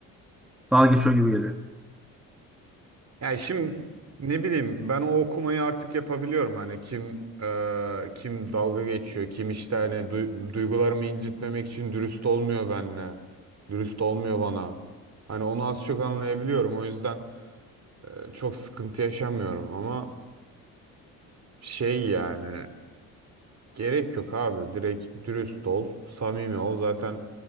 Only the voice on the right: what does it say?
Yani şimdi ne bileyim ben o okumayı artık yapabiliyorum hani kim e, kim dalga geçiyor kim işte hani du- duygularımı incitmemek için dürüst olmuyor benimle dürüst olmuyor bana hani onu az çok anlayabiliyorum o yüzden e, çok sıkıntı yaşamıyorum ama şey yani gerek yok abi direkt dürüst ol samimi ol zaten